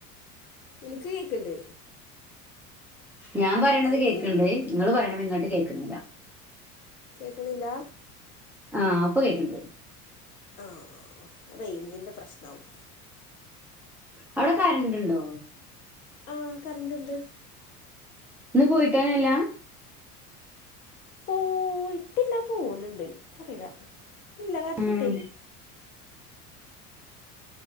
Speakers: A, on the left; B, in the centre.
A: എനിക്ക് കേക്ക്ണ്ട്
B: ഞാൻ പറയണത്
A: അനക്ക്
B: കേൾക്ക്ണ്ട്
A: കേക്ക്ണ്
B: നങ്ങള് പറയണ്ത് ഇങ്ങട്ട് കേക്ക്ണില്ല
A: കേക്ക്ണില്ലാ
B: ആ പ്പം കേക്ക്ണ്ട്
A: ആ റേഞ്ചിൻ്റെ പ്രശ്നാവും
B: അവിടെ കാരന്റ് ണ്ടോ
A: ആഹ് കറന്റുണ്ട്
B: ഇന്ന് പോയിട്ടെന്നെല്ലാ
A: പോയിട്ടില്ലാ തോന്ന്ണ്ട് ക്കറീല ഇല്ല കരൻ്റ്
B: ഉം
A: ണ്ടേനി